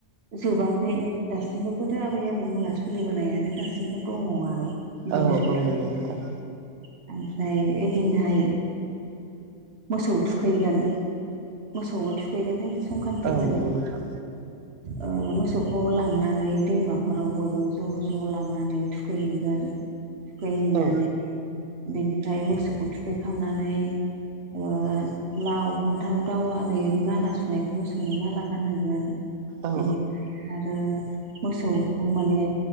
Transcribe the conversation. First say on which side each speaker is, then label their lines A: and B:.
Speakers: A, on the right; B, on the right.
A: जोबाख खै दासिमबो गोदो आबै आबौमोना सोलिबोनायानो दासिमबो दङ आरो। बिदिनो
B: औ
A: <inaudible>
B: औ नंगौ नोंथां
A: ओमफ्राय इदिनोहाय मोसौ थुखैगोन मोसौबो थुख खैगोन जोंथ' संकान्ति
B: औ
A: खालि
B: नंगौ नोंथां
A: ओ मोसौ खौ लांनानै दैमाफोराव बयबो ज' ज' लांनानै थुखैहैगोन। थुखैहैनानै
B: औ
A: बिनिफ्राय मोसौखौ थुखैखांनानै ओ लाव फान्थाव दावा बेनि माला सु नायखौ मोसौनो माला गानहोगोन
B: औ
A: बेनि आरो मोसौखौ माने